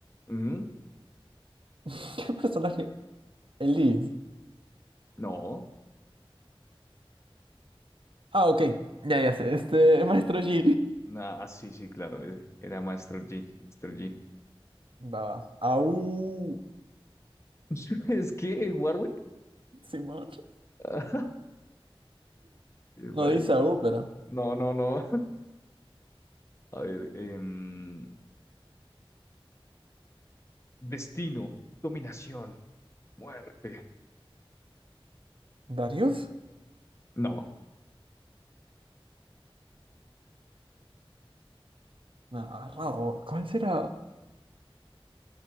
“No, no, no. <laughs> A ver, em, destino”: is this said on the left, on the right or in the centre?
Left